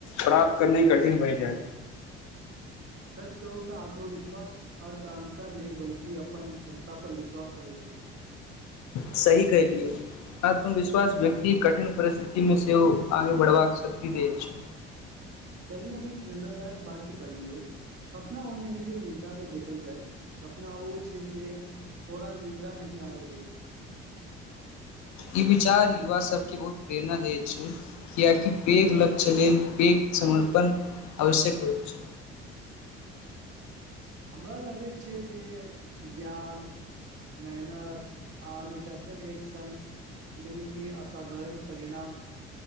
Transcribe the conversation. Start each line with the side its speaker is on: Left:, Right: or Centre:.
Left: प्राप्त करना ह कठिन भइ जाए
Right: <unintelligible> सच कहू तऽ आत्मविश्वास अर्थ अहंकार नहि बल्कि अपन क्षमता पर विश्वास होइ छै <unintelligible>
Left: सही कहलियए आत्मविश्वास व्यक्ति कठिन परिस्थिति मे सेहो आगे बढ़बाक शक्ति द छै
Right: <unintelligible> कली हम एक प्रेरणादायक वाक्य पढ़लियौ सपना ओ नहि जे निद्रा मे देखल जाय सपना ओ छै जे तोरा निद्रा नहि आबे दे
Left: ई विचार युवा सभके बहुत प्रेरणा दैत छै कियाकि पेघ लक्ष्य लेल पेघ समर्पण आवश्यक होइछ।
Right: हमरा लगैत छैय जे ज्ञान मेहनत आ अनुशासन एक संग मिलके असाधारण परिणाम